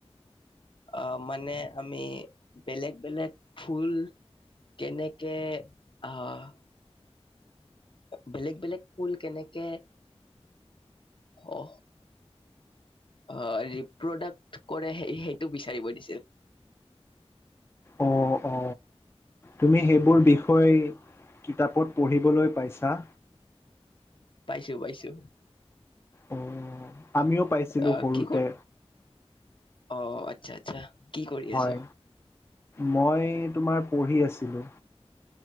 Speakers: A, on the left; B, on the left.
A: আহ মানে আমি বেলেগ বেলেগ ফুল। কেনেকে আহ, বেলেগ বেলেগ ফুল কেনেকে, অহ। অ ৰিপ্ৰডাক্ট কৰে সেই সেইটো বিচাৰিব দিছিল।
B: অ অ। তুমি সেইবোৰ বিষয় কিতাপত পঢ়িবলৈ পাইছা?
A: পাইছো পাইছো।
B: অঁ আমিও পাইছিলো
A: আহ
B: সৰুতে।
A: কি কৰ অ আচ্ছা আচ্ছা। কি কৰি
B: হয়,
A: আছ
B: মই তোমাৰ পঢ়ি আছিলোঁ।